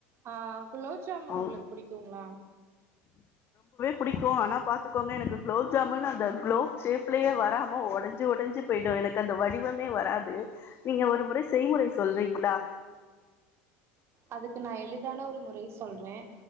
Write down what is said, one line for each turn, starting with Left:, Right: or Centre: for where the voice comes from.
Right: ஆ குலோ ஜாமுன்
Left: ஓ
Right: உங்களுக்கு புடிக்குங்ளா
Left: பிடிக்கும் ஆனா பாத்துக்கோங்க எனக்கு குலோப் ஜாமுன் அந்த குலோப் ஷேப்புலேயே வராம ஒடன்ஜி ஒடன்ஜி போயிடும் எனக்கு அந்த வடிவமே வராது நீங்க ஒரு முறை செய்முறை சொல்றீங்ளா
Right: அதுக்கு நான் எளிதான ஒரு முறய சொல்றேன்